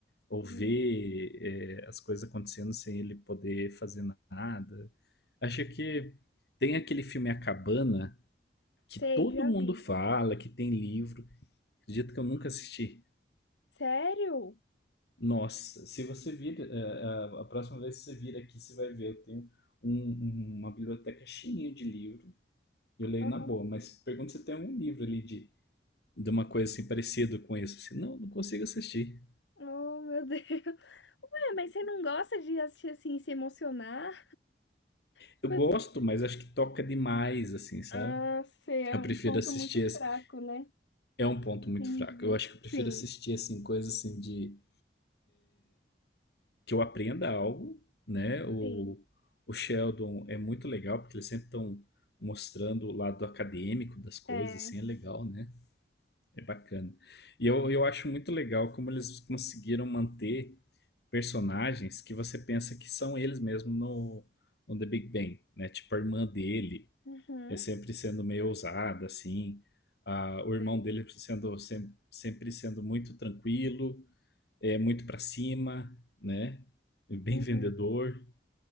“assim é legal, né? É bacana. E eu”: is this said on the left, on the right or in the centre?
Left